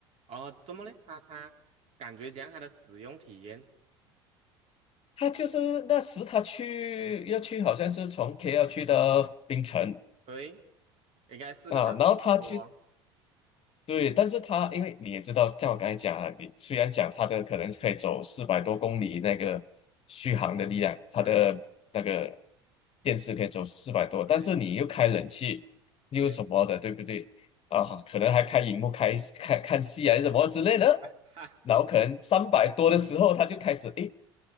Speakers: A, on the right; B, on the left.
A: 哦，怎么嘞？他他感觉讲他的使用体验，
B: 他就是那时他去要去，好像是从 KL 去到槟城
A: 对，应该四个小时多，
B: 啊，然后他去。对，但是它因为你也知道，像我刚才讲啊，你虽然讲它的可能是可以走四百多公里那个续航的力量，它的那个
A: 对。
B: 电池可以走四百多，
A: 对
B: 但是你又开冷气又什么的，
A: 对，
B: 对不对？啊，可能还开荧幕开看看戏啊什么之类的，
A: 哈，
B: 然后可能三百多的时候，他就开始诶